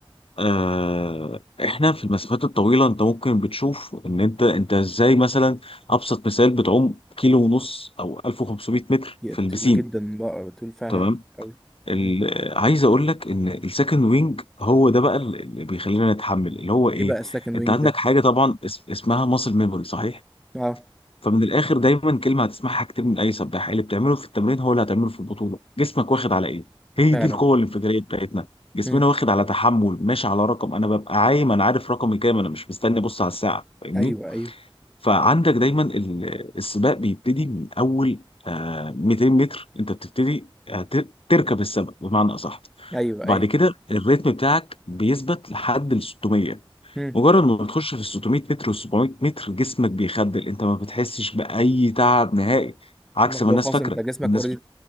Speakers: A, on the left (about 70°); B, in the centre.
A: اه احنا في المسافات الطويلة انت ممكن بتشوف ان انت انت ازاي مثلا ابسط مثال بتعوم كيلو ونص او 1500 متر
B: يا
A: في البسين
B: طويل جدا بقى طويل فعلا
A: تمام
B: قوي
A: ال-
B: مم.
A: عايز اقول لك ان السكند وينج هو ده بقى اللي بيخلينا نتحمل اللي هو ايه
B: ايه بقى السكند
A: انت
B: وينج
A: عندك
B: ده
A: حاجة طبعا اس- اسمها ماسل ميموري صحيح
B: اه
A: فمن الاخر دايما كلمه هتسمعها كتير من اي سباح اللي بتعمله في التمرين هو اللي هتعمله في البطوله جسمك واخد على ايه هي
B: فعلا
A: دي القوه الانفجاريه بتاعتنا جسمنا
B: مم.
A: واخد على تحمل ماشي على رقم انا ببقى عايم انا عارف رقمي كام انا مش مستني ابص على الساعه فاهمني
B: ايوه ايوه
A: فعندك دايما ال- السباق بيبتدي من اول آه 200 متر انت بتبتدي آه، ت- تركب السبق بمعنى اصح
B: ايوه
A: وبعد
B: ايوه
A: كده الريتم بتاعك بيثبت لحد ال 600
B: مم.
A: مجرد ما بتخش في ال 600 متر وال 700 متر جسمك بيخدل انت ما بتحسش بأي تعب نهائي عكس
B: لو
A: ما الناس
B: خلاص
A: فاكره
B: انت جسمك
A: الناس
B: اوريدي
A: بت-